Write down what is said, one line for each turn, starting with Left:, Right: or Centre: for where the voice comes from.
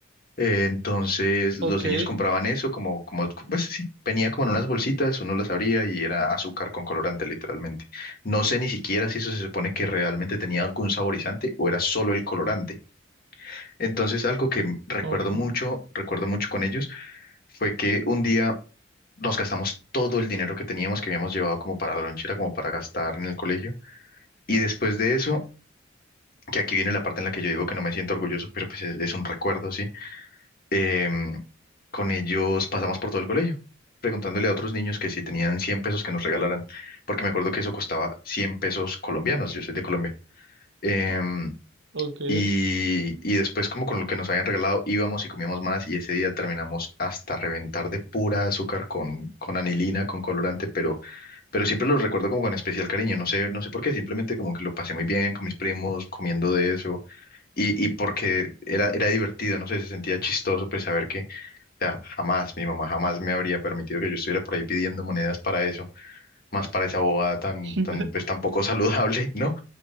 Left: Eh, entonces los
Right: ok,
Left: niños compraban eso como, como, pues sí, venía como en unas bolsitas, uno las abría y era azúcar con colorante literalmente. No sé ni siquiera si eso se supone que realmente tenía algún saborizante o era solo el colorante. Entonces algo que recuerdo
Right: ok,
Left: mucho, recuerdo mucho con ellos, fue que un día nos gastamos todo el dinero que teníamos, que habíamos llevado como para la lonchera, como para gastar en el colegio. Y después de eso, que aquí viene la parte en la que yo digo que no me siento orgulloso, pero pues es, es un recuerdo, sí. Em, con ellos pasamos por todo el colegio, preguntándole a otros niños que si tenían 100 pesos que nos regalaran, porque me acuerdo que eso costaba 100 pesos colombianos, yo soy de Colombia. Em,
Right: ok.
Left: y, y después como con lo que nos habían regalado íbamos y comíamos más y ese día terminamos hasta reventar de pura azúcar con, con anilina, con colorante, pero pero siempre los recuerdo como con especial cariño, no sé, no sé por qué, simplemente como que lo pasé muy bien con mis primos, comiendo de eso, y, y porque era, era divertido, no sé, se sentía chistoso, pues saber que, o sea, jamás, mi mamá jamás me habría permitido que yo estuviera por ahí pidiendo monedas para eso, más para esa bobada tan,
Right: <laughs>
Left: tan, pues tan poco <laughs> saludable, ¿no?